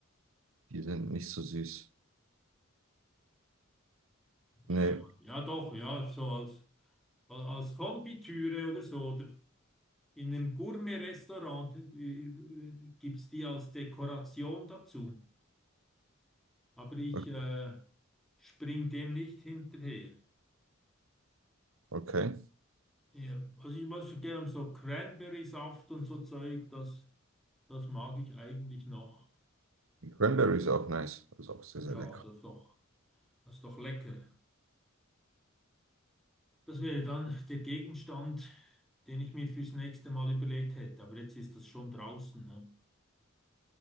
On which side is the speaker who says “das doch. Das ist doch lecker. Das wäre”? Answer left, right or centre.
Centre